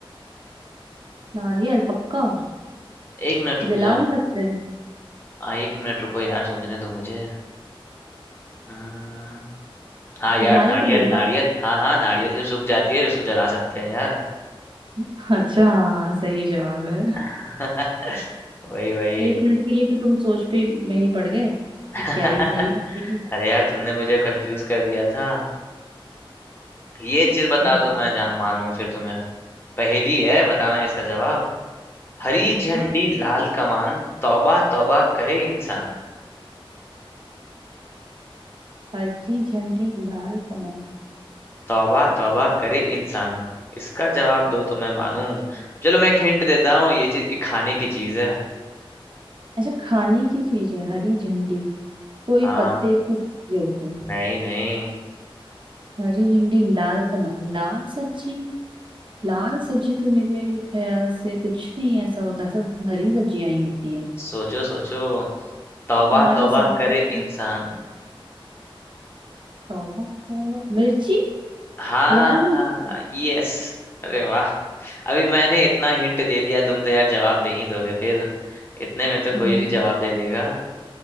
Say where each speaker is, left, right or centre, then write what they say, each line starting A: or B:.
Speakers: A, on the right (about 55°); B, on the left (about 25°).
A: नारियल पक्का
B: एक मिनट रुक
A: जला
B: जाओ
A: भी सकते हैं
B: आ, एक मिनट रुको यार सोचने दो मुझे हम्म, हाँ यार
A: नारियल
B: नारियल
A: को जला
B: नारियल हाँ हाँ नारियल जब सूख जाती है उसको जला सकते हैं यार
A: <laughs> अच्छा हाँ सही जवाब है
B: <laughs> वही वही
A: एक मिनट के लिए तो तुम सोच पे में ही पड़ गए कि
B: <laughs>
A: क्या ये सही बताएगी
B: अरे यार तुमने मुझे कंफ्यूज कर दिया था ये चीज बता
A: हाँ
B: दो मैं जान मानूं फिर तुम्हें पहेली है बताना इसका जवाब हरी
A: अच्छा
B: झंडी लाल कमान तौबा तौबा करे इंसान
A: हरी झंडी लाल कमल
B: तौबा तौबा करे इंसान इसका जवाब दो तो मैं मानूं चलो मैं एक हिंट देता हूँ ये चीज एक खाने की चीज है
A: अच्छा खाने की चीज है हरी झंडी कोई
B: हाँ
A: पत्ते की सब्जी होगी
B: नहीं नहीं
A: हरी झंडी लाल कमल लाल सब्जी लाल सब्जी तो मेरे ख्याल से कुछ नहीं ऐसा होता सब हरी सब्जियां ही होती है
B: सोचो सोचो तौबा
A: तुम्हारा
B: तौबा
A: सवाल
B: करे
A: है।
B: इंसान
A: तौबा तौबा मिर्ची
B: हाँ
A: लाल मिर्ची
B: यस अरे वाह अभी मैंने इतना हिंट दे दिया तुम तो यार जवाब दे ही दोगे फिर इतने में तो कोई
A: नहीं
B: भी जवाब दे देगा